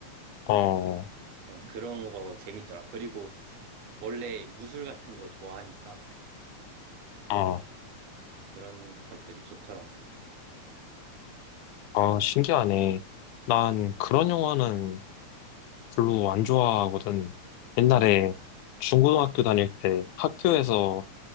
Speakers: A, on the left; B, on the right.
A: 어,
B: 예, 그런 거 재밌더라. 그리고 원래 무술 같은 거 좋아하니까
A: 어,
B: 그런 것들이 좋더라.
A: 어, 신기하네. 난 그런 영화는 별로 안 좋아하거든. 옛날에 중고등학교 다닐 때 학교에서